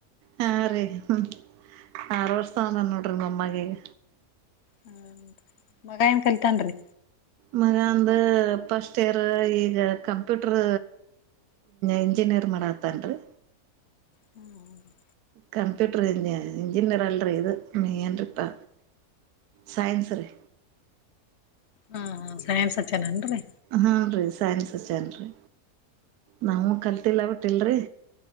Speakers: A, on the right; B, on the left.
A: ಹಾ ರಿ. ಹ್ಮ ಆರು ವರ್ಷ ದವನ ಅನ್ ನೋಡ್ರಿ ಮೊಮ್ಮಗೀಗ.
B: ಹ್ಮ ಮಗ ಏನ್ ಕಲಿತನ್ರಿ.
A: ಮಗ ಅಂದು ಫಸ್ಟ್ ಇಯರ್ ಈಗ ಕಂಪ್ಯೂಟರ್ ಇಂಜಿನಿಯರ್ ಮಾಡತ್ತನ್ರಿ.
B: ಹ್ಮ್ ಹ್ಮ
A: ಕಂಪ್ಯೂಟರ್ ಇಂಜ ಇಂಜಿನಿಯರ್ ಅಲ್ರಿ ಇದು ಏನ್ರೀಪ್ಪಾ ಸೈನ್ಸ್ ರಿ.
B: ಹಾ ಹಾ ಸೈನ್ಸ್ ಹಚ್ಚನೇನ್ರಿ?
A: ಹ್ಞೂ ರೀ ಸೈನ್ಸ್ ಅಚ್ಚಾನ್ರೀ ರೀ? ನಮೂ ಕಲ್ತಿಲ್ಲ ಬಿಟ್ಟ ಇಲ್ರಿ.